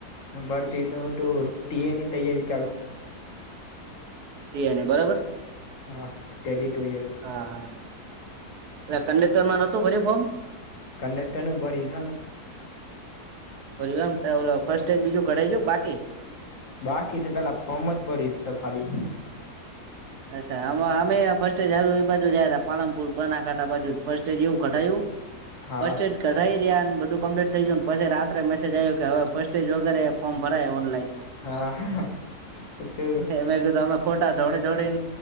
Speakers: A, on the left; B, on the right.
A: હ, બરતી નવ તો ટીની તૈયારી ચાલું છે.
B: તેને બરાબર.
A: હા, ટેલી ટુ ઇયર.
B: હા, એ કંડેક્ટરમાં નહોતું ભરી ફોમ.
A: કડક્ટરનું ભરીસ હને.
B: બ એમ ફર્સ્ટ એડ, બીજું ખડાઈ જ બાકી.
A: બાકી છે પેલા ફોર્મ જ ભરીશ છે ખાલી.
B: અચ્છા અમે ફર્સ્ટેજ હાર એ બાજુ જયા ત પાલનપુર બનાકાંઠા બાજુ ફર્સ્ટેજ એવું કડાયું.
A: હા
B: ફસ્ટ એડ. રઈ રહ્યા ને, બધું કમ્પ્લીટ થઈ ગયું. પછી રાત્રે મેસેજ આવ્યું કે, હવે ફર્સ્ટ એજ વગેરે ફોર્મ ભરાય ઓનલાઈન.
A: હા, એ તો
B: તો કીધું અમે ખોટા થોડી થોડી